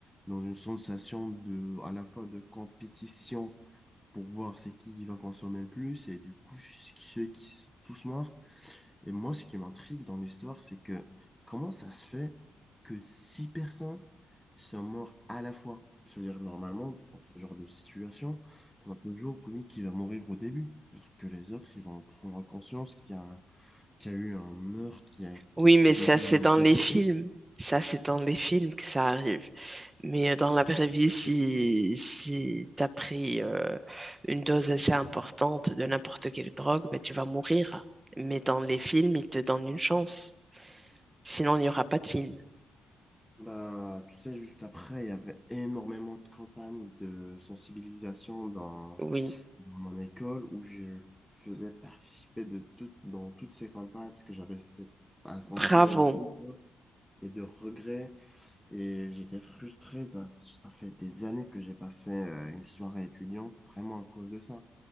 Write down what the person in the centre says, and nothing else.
dans une sensation de, à la fois de compétition pour voir c'est qui va consommer le plus. Et du coup, ceux qui sont tous morts, Et moi, ce qui m'intrigue dans l'histoire, c'est que comment ça se fait que six personnes sont mortes à la fois? Je veux dire, normalement, dans ce genre de situation, on a toujours celui qui va mourir au début. Peut-être que les autres, ils vont prendre conscience qu'il y a, qu'il y a eu un meurtre, qu'il y a,
qu'il y a-
que
quelqu'un
est mort
devant
eux.
Bah, tu sais, juste après, il y avait énormément de campagnes de sensibilisation dans
dans mon école où je faisais participer de toutes dans toutes ces campagnes parce que j'avais cette- un sentiment
de devoir et de regret et j'étais frustré. Ça, ça fait des années que j'ai pas fait euh, une soirée étudiante vraiment à cause de ça.